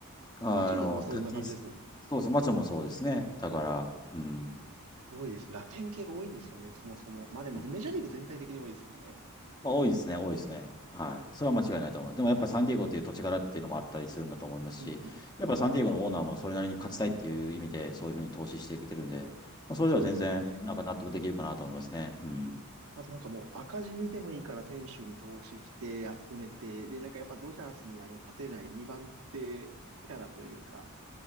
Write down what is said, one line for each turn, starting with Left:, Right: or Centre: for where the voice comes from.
Left: あの、
Right: マチャドもそんな感じですもんね。
Left: タティス、そうです。マチョもそうですね。だから、うん。
Right: 多いです。ラテン系が多いんですよね、そもそも。まあでもメジャーリーグ全体的に多いですもんね。
Left: うんまあ、多いですね、多いですね。はい。それは間違いないと思います。でもやっぱサンディエゴっていう土地柄っていうのもあったりするんだと思いますし、
Right: うんうん。
Left: やっぱサンディエゴのオーナーもそれなりに勝ちたいっていう意味で、そういうふうに投資していけてるんで、まあ、それでは全然、
Right: そうですよね。
Left: なんか納得できるかなと思いますね。うん。
Right: あとなんかもう赤字でもいいから選手に投資して集めて、でなんかやっぱドジャースにあの勝てない2番手キャラというか、